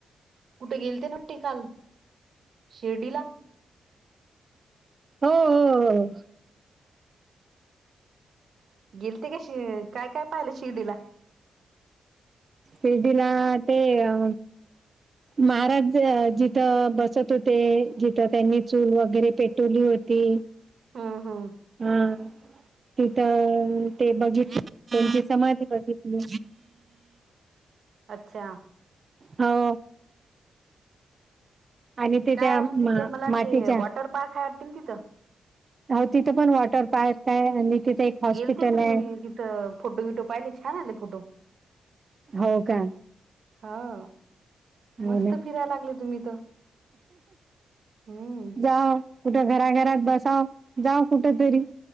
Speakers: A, on the right; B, on the right.
A: कुठे गेलते ना ते काल शिर्डीला.
B: हो हो हो.
A: गेल ते का शि काय काय पाहिलं शिर्डीला?
B: सिर्डीला ते अ महाराज जिथं बसत होते जिथं त्यांनी चूल वगैरे पेटवली होती.
A: हा हा.
B: हं. तिथं ते बघितलं त्यांची समाधी बघितली.
A: अच्छा
B: हो आणि ते
A: काय
B: त्या
A: अजून तिथं मला वाटते
B: मातीच्या
A: वॉटर पार्क आहे वाटते ना तिथं
B: हो तिथे पण वॉटर पार्क आहे आणि तिथे एक हॉस्पिटल
A: गेलते तुम्ही
B: आहे
A: तिथं फोटो विटो पाहिले छान आले फोटो.
B: हो का?
A: हो.
B: हो
A: मस्त
B: ना
A: फिरायला लागले तुम्ही तर हम्म.
B: हा कुठं घराघरात बसाव जा कुठ तरी.